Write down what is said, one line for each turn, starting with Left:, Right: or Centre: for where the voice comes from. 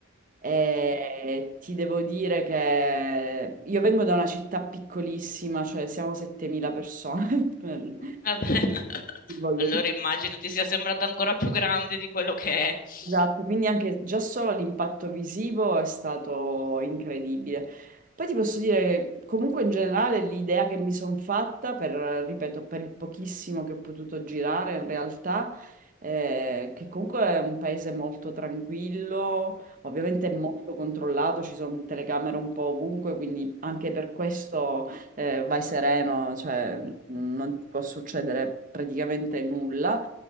Right: E ti devo dire che io vengo da una città piccolissima, cioè siamo 7.000 persone. <laughs> per-
Left: Vabbè. <laughs>
Right: Voglio
Left: Allora immagino ti sia sembrata ancora più grande di quello che è. Sì,
Right: Esatto, quindi anche già solo l'impatto visivo è stato incredibile. Poi ti posso dire che comunque in generale l'idea che mi sono fatta per, ripeto, per il pochissimo che ho potuto girare in realtà, eh, che comunque è un paese molto tranquillo, ovviamente è molto controllato, ci sono telecamere un po' ovunque, quindi anche per questo eh, vai sereno, cioè non ti può succedere praticamente nulla.